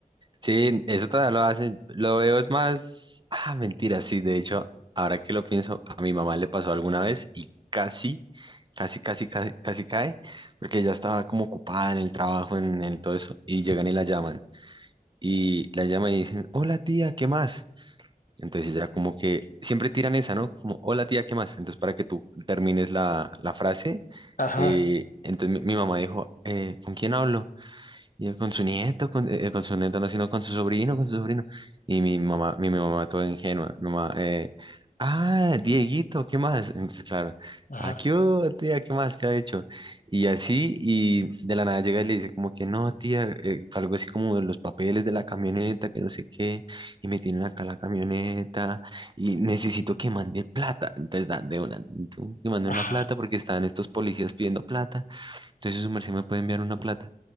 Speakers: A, on the right; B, on the left.
A: Sí, eso todavía lo hacen. Lo veo es más... Ah, mentira, sí. De hecho, ahora que lo pienso, a mi mamá le pasó alguna vez y casi, casi, casi, casi, casi cae, porque ya estaba como ocupada en el trabajo, en, en todo eso, y llegan y la llaman. Y la llaman y dicen, hola tía, ¿qué más? Entonces ella como que siempre tiran esa, ¿no? Como, hola tía, ¿qué más? Entonces para que tú termines la, la frase,
B: Ajá,
A: eh, entonces mi, mi mamá dijo, "Eh, ¿con quién hablo? Y él con su nieto, con, eh, eh, con su nieto, no, sino con su sobrino, con su sobrino. Y mi mamá, mi, mi mamá toda ingenua, nomás, eh, ah, Dieguito, ¿qué más? Entonces, claro,
B: ajá,
A: ah qué hubo, tía? ¿Qué más? ¿Qué ha hecho? Y así, y de la nada llega y le dice como que no, tía, eh, algo así como de los papeles de la camioneta, que no sé qué, y me tienen acá la camioneta, y necesito que mande plata. Entonces, da, de una, tú, que mande
B: ajá.
A: una plata porque estaban estos policías pidiendo plata. Entonces su merced me puede enviar una plata.